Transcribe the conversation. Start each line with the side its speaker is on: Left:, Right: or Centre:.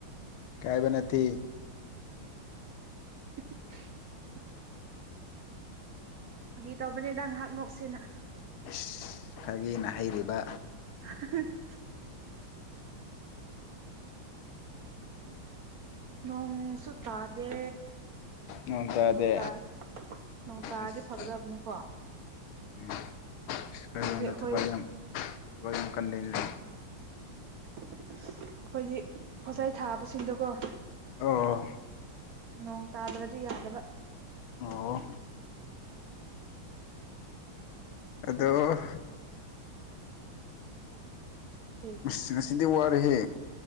Left: ꯏꯀꯥꯏꯕ ꯅꯠꯇꯦ
Right: <inaudible> ꯐꯒꯤ ꯇꯧꯕꯅꯦꯗ ꯉꯥꯏꯍꯛ ꯅꯣꯛꯁꯦꯅ
Left: ꯑꯁ ꯐꯒꯤꯅ ꯍꯩꯔꯤꯕ
Right: <inaudible> ꯅꯣꯡꯁꯨ ꯇꯥꯗꯦ
Left: ꯅꯣꯡ ꯇꯥꯗꯦ
Right: ꯅꯣꯡꯇꯥ ꯅꯣꯡ ꯇꯥꯔꯗꯤ
Left: ꯑꯁ
Right: ꯐꯒꯗꯕꯅꯤꯀꯣ
Left: <unintelligible>
Right: ꯍꯥꯏꯕꯗꯤ ꯑꯩꯈꯣꯏ ꯑꯩꯈꯣꯏꯗꯤ ꯄꯣꯠꯆꯩ ꯊꯥꯕꯁꯤꯗꯀꯣ
Left: ꯑꯣ
Right: ꯅꯣꯡ ꯇꯥꯗ꯭ꯔꯗꯤ ꯌꯥꯗꯕ
Left: ꯑꯣ ꯑꯗꯣ
Right: <inaudible>
Left: ꯑꯁ ꯉꯁꯤꯗꯤ ꯋꯥꯔꯦꯍꯦ